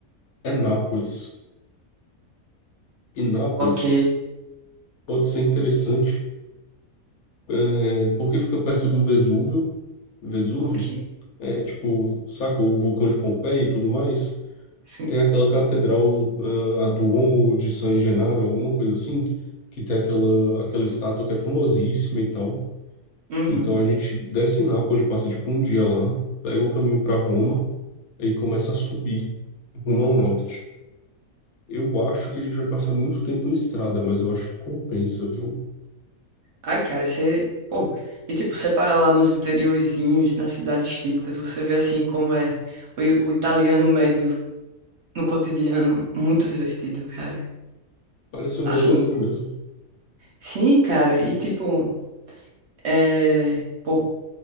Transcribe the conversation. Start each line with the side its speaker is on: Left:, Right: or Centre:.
Left: é Nápoles. E Nápoles
Right: ok.
Left: pode ser interessante, é, porque fica perto do Vesúvio. Vesúvio,
Right: Ok.
Left: é, tipo, saca o vulcão de Pompeia e tudo mais?
Right: Sim.
Left: Tem aquela catedral, ah, a Duomo de San Gennaro, alguma coisa assim, que tem aquela, aquela estátua que é famosíssima e tal.
Right: Uhum.
Left: Então a gente desce em Nápoles, passa tipo um dia lá, pega o caminho para Roma e começa a subir rumo ao norte. Eu acho que a gente vai passar muito tempo em estrada, mas eu acho que compensa, viu?
Right: Ai, cara, você. Pô, e tipo, você para lá nos interiorizinhos, nas cidades típicas, você vê assim como é o, i- o italiano médio no cotidiano. Muito divertido, cara.
Left: Parece um
Right: Assim.
Left: rolê maneiro mesmo.
Right: Sim, cara, e tipo, é. Pô,